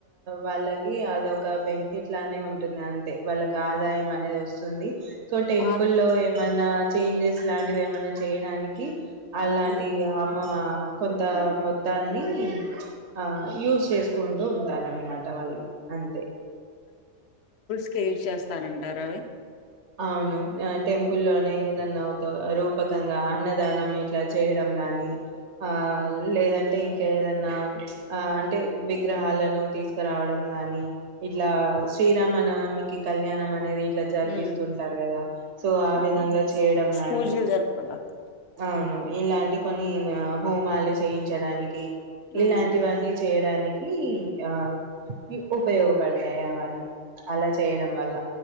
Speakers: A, on the right (about 65°); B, on the left (about 60°).
A: వాళ్ళకి అదొక బెన్ఫిట్ లానే ఉంటుంది. అంతే వాళ్ళకి ఆదాయం అనేది వస్తుంది. సో టెంపుల్
B: ఆ
A: లో ఏమన్నా. చేంజెస్ లాంటివి ఏమన్నా చేయడానికి. అలాంటి
B: ఉమ్
A: ఆమా కొంత మొత్తాన్ని, ఆ యూస్ చేసుకుంటూ ఉంటారున్నమాట వాళ్ళు అంతే.
B: యూస్ చేస్తారంటారా అవి.
A: అవును ఆ టెంపుల్లోనే ఏదన్నా ఒక రూపకంగా అన్నదానం ఇట్లా చేయడం గాని, ఆ లేదంటే ఇంకా ఏదన్నా ఆ అంటే విగ్రహాలను తీసుకురావడం గాని, ఇట్లా శ్రీరామనవమికి కళ్యాణం అనేది. ఇలా జరిపిస్
B: ఉమ్
A: తుంటారు కదా సో ఆ విధంగా
B: ఉమ్
A: చేయడం గాని
B: పూజలు జరుపుకోవడానికి
A: అవును ఇలాంటి కొన్ని ఆ. హోమాలు చేయించడానికి. ఇలాంటివన్నీ
B: ఉమ్
A: చేయడానికి. ఆ ఉపయోగపడతాయి అవన్నీ అలా చేయడం వల్ల.